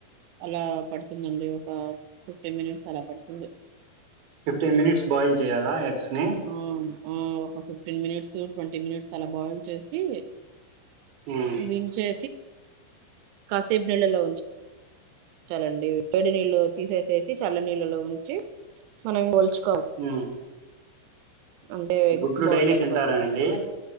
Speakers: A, on the right (about 90°); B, on the right (about 65°).
A: అలా పడుతుందండి ఒక ఫిఫ్టీ మినిట్ చాలా పడుతుంది
B: ఫిఫ్టీన్ మినిట్స్ బాయిల్ చేయాలా ఎగ్స్ ని
A: ఆవును ఒక ఫిఫ్టీన్ మినిట్స్ ట్వంటీ మినిట్స్ అలా బాయిల్ చేసి
B: ఉమ్,
A: వి చే కాసేపు నీళ్లలో ఉ చలండి పేడి నీళ్ళు తీసేసేసి చల్ల నీళ్ళలో ఉంచి మనం పోల్చు
B: ఆ
A: అంటే ఎగ్స్
B: గుడ్లు
A: బాయిల్
B: డైలీ
A: అయిపోతాయి
B: తింటారా అండి